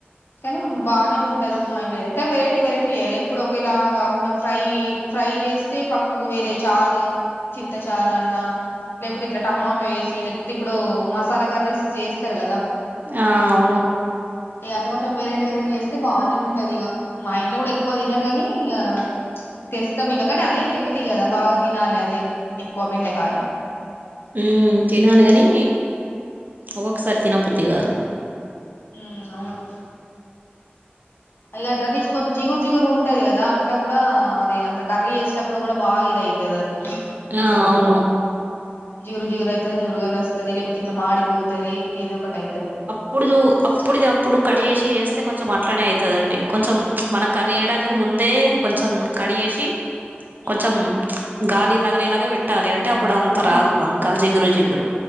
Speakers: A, on the left (about 65°); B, on the right (about 50°).
A: కానీ బానే ఉంటది. మా ఇంట్లో చే అంటే వెరైటీ వెరైటీ చేయాలి ఎప్పుడు ఒకేలాగా కాకుండా ఫ్రై ఫ్రై. ఇది చేస్తే పక్కకు వేరే చారు చింత చారు అన్నా. లేకపోతే ఇట్లా టమాటో ఏసి లేకపోతే ఇప్పుడు మసాలా కర్రీస్ చేస్తరు కదా.
B: ఆహ్ అవును.
A: ఇగ అట్. అత్త కోసం వెరైటి వెరైటి జేస్తే బానే ఉంటది. ఇగ మా ఇంట్లో గూడా ఎక్కువ తినారు గానీ. ఇగ తెస్తం ఇగా గానీ అదే హెల్దీ కదా బాగా తినాలి అదే ఎక్కువ బెండకాయ.
B: ఉమ్ తినలే గానీ ఒక్కొక్కసారి తినబుద్ధి కాదు.
A: ఉమ్ అవును. ఇగా గాదిచూకొని జిగురు జిగురు ఉంటది కదా అట్లా కూడా అది అంత కర్రీ చేసేటప్పుడు కూడా బాగా ఇదయ్యేది. ఇదైతది
B: హ్మ్.
A: మొత్తం
B: ఆ!
A: ఇట్లా.
B: అవును.
A: జిగురు జిగురు అయితది నురగలు వస్తాది. లేకపోతే ఇట్లా మాడిపోతది. ఏదో ఒకటి అయితది.
B: ఇప్పుడుదు అప్పుడుదప్పుడు కడిగేసి చేస్తే కొంచెం అట్లనే అయితదండి కొంచం మనం కర్రీ చేయడానికి ముందు. ముందే కొంచెం కడిగేసి. కొంచెం
A: ఉమ్
B: గాలి తగిలేలాగా పెట్టాలి అంటే అప్పుడు అంత
A: అవునా
B: రాదు బంక, జిగురు జిగురు.